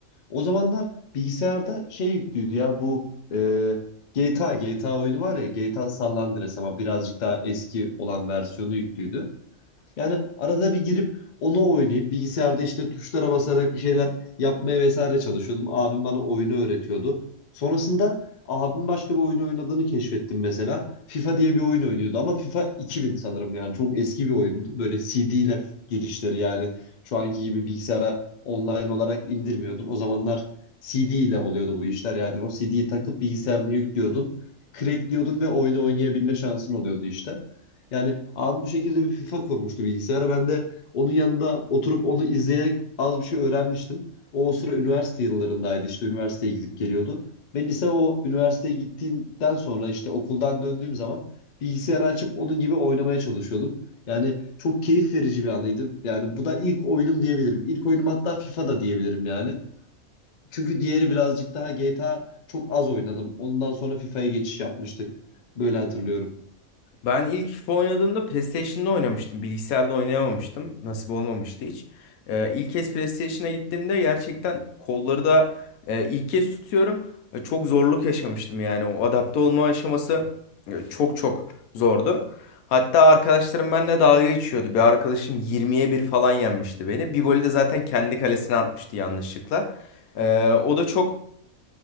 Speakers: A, on the left; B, on the left.
A: O zamanlar bilgisayarda şey yüklüydü ya bu e, GTA GTA oyunu var ya GTA San Andreas ama birazcık daha eski olan versiyonu yüklüydü. Yani arada bir girip onu oynayıp bilgisayarda işte tuşlara basarak bir şeyler yapmaya vesaire çalışıyordum. Abim bana oyunu öğretiyordu. Sonrasında abim başka bir oyun oynadığını keşfettim mesela. FIFA diye bir oyun oynuyordu ama FIFA 2000 sanırım yani çok eski bir oyundu. Böyle CD'ler girişleri yani şu anki gibi bilgisayara online olarak indirmiyordun. O zamanlar CD ile oluyordu bu işler. Yani o CD'yi takıp bilgisayarını yüklüyordun, crackliyordun ve oyunu oynayabilme şansın oluyordu işte. Yani abi bu şekilde bir FIFA kurmuştu bilgisayara. Ben de onun yanında oturup onu izleyerek az bir şey öğrenmiştim. O, o sıra üniversite yıllarındaydı işte üniversiteye gidip geliyordu. Ve lise o üniversiteye gittiğimden sonra işte okuldan döndüğüm zaman bilgisayarı açıp onun gibi oynamaya çalışıyordum. Yani çok keyif verici bir anıydı. Yani bu da ilk oyunum diyebilirim. İlk oyunum hatta FIFA da diyebilirim yani. Çünkü diğeri birazcık daha GTA çok az oynadım. Ondan sonra FIFA'ya geçiş yapmıştık. Böyle hatırlıyorum.
B: Ben ilk oynadığımda PlayStation'da oynamıştım. Bilgisayarda oynayamamıştım. Nasip olmamıştı hiç. Ee, ilk kez PlayStation'a gittiğimde gerçekten kolları da e, ilk kez tutuyorum. E, çok zorluk yaşamıştım yani. O adapte olma aşaması e, çok çok zordu. Hatta arkadaşlarım benimle dalga geçiyordu. Bir arkadaşım 20'ye 1 falan yenmişti beni. Bir golü de zaten kendi kalesine atmıştı yanlışlıkla. Ee, o da çok